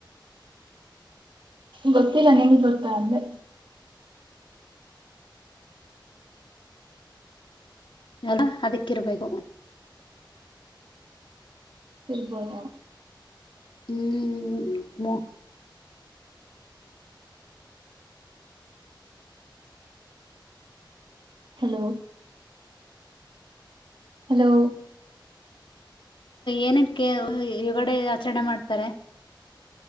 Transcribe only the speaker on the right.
ಗೊತ್ತಿಲ್ಲ ನಿಮ್ಗೊತ್ತಾ ಅಂದೆ
ಇರಬೌದೆನ
ಹಲೋ ಹಲೋ